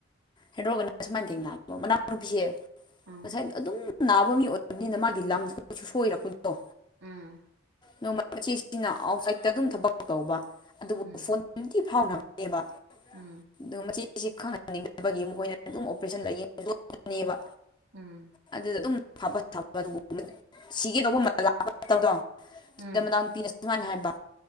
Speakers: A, on the left (about 20°); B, on the right (about 90°).
A: ꯍꯦꯔꯣꯒ ꯁꯨꯃꯥꯏꯅ ꯊꯦꯡꯅꯕ ꯃꯅꯥꯎꯅꯨꯄꯤꯁꯦ
B: ꯎꯝ
A: ꯉꯁꯥꯏ ꯑꯗꯨꯝ ꯅꯥꯕ ꯃꯤ ꯑꯣꯏꯕꯅꯤꯅ ꯃꯥꯒꯤ ꯂꯪꯁ <unintelligible> ꯁꯣꯏꯔꯛꯄꯗꯣ
B: ꯎꯝ
A: ꯅꯣꯡꯃ ꯃꯆꯦꯁꯤꯅ ꯑꯥꯎꯠꯁꯥꯏꯠꯇ ꯑꯗꯨꯝ ꯊꯕꯛ ꯇꯧꯕ ꯑꯗꯨꯕꯨ
B: ꯎꯝ
A: ꯐꯣꯟ ꯅꯨꯡꯇꯤ ꯐꯥꯎꯅꯕꯅꯦꯕ
B: ꯎꯝ
A: ꯑꯗꯣ ꯃꯆꯦꯁꯦ ꯈꯪꯍꯟꯅꯤꯡꯗꯕꯒꯤ <unintelligible> ꯑꯗꯨꯝ ꯑꯣꯄꯔꯦꯁꯟ ꯂꯩꯌꯦ ꯂꯣꯠꯄꯅꯦꯕ
B: ꯎꯝ
A: ꯑꯗꯨꯗ ꯑꯗꯨꯝ ꯐꯕ ꯁꯥꯕ <unintelligible> ꯁꯤꯒꯦ ꯇꯧꯕ <unintelligible> <unintelligible>
B: ꯎꯝ
A: ꯃꯅꯥꯎ ꯅꯨꯄꯤꯅ ꯁꯨꯃꯥꯏꯅ ꯍꯥꯏꯕ